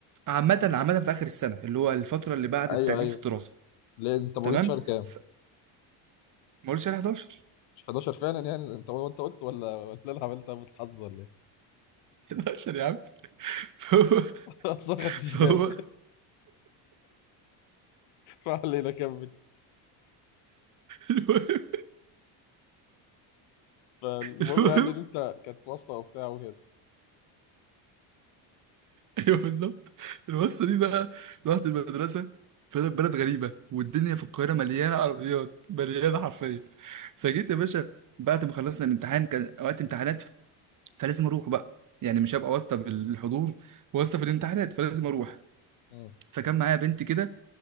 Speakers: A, on the right; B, on the left.
A: عامة عامة في آخر السنة اللي هو الفترة اللي بعد
B: أيوه
A: التقديم
B: أيوه
A: في الدراسة
B: ليه أنت مواليد
A: تمام
B: شهر كام؟
A: ف... ما قلتش على 11
B: مش 11 فعلا يعني أنت هو أنت قلت ولا ولا أنا عملتها بس حظ ولا إيه؟
A: 11 يا عم فهو
B: <laughs> أصلا ما
A: فهو
B: خدتش بالي <laughs> ما علينا كمل
A: المهم
B: فالمهم
A: المهم
B: يعني إن أنت كانت واسطة وبتاع وكده
A: ايوه بالظبط الواسطة دي بقى رحت المدرسة فأنا في بلد غريبة والدنيا في القاهرة مليانة عربيات مليانة حرفيا فجيت يا باشا بعد ما خلصنا الامتحان كان وقت امتحانات فلازم أروح بقى يعني
B: مم.
A: مش هبقى واسطة بالحضور واسطة في الامتحانات فلازم أروح
B: مم.
A: فكان معايا بنت كده